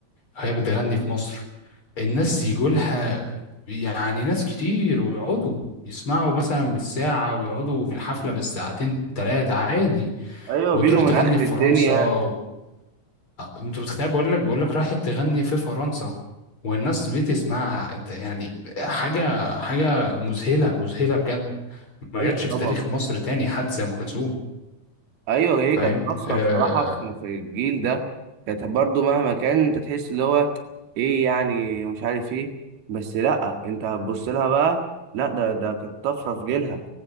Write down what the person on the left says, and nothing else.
هي بتغني في مصر الناس يجولها يعني ناس كتير ويقعدوا يسمعوا مثلا بالساعة ويقعدوا في الحفلة بالساعتين تلاتة عادي
وتروح
تغني
في
فرنسا و... آه، انت متخيل بقول لك بقول لك راحت تغني في فرنسا والناس بتسمعها انت يعني حاجة حاجة مذهلة مذهلة بجد ما
جاتش في
تاريخ مصر تاني حد زي أم كلثوم
فاهم
آه